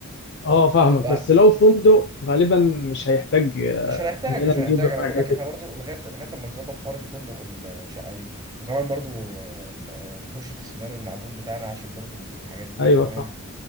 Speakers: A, on the left; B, on the right.
A: اه فاهمك
B: لا
A: بس لو فندق غالبا مش هيحتاج آه،
B: مش هنحتاج
A: اننا
B: مش هنحتاج
A: نجيب الحاجات
B: انا بقول لك احنا
A: دي
B: برضو لغايه لغايه اما نظبط حوار الفندق والشقه دي وكمان برضو آه، آه، فرشه السنان والمعجون بتاعنا عشان برضو الحاجات دي
A: ايوه
B: انت فاهم
A: صح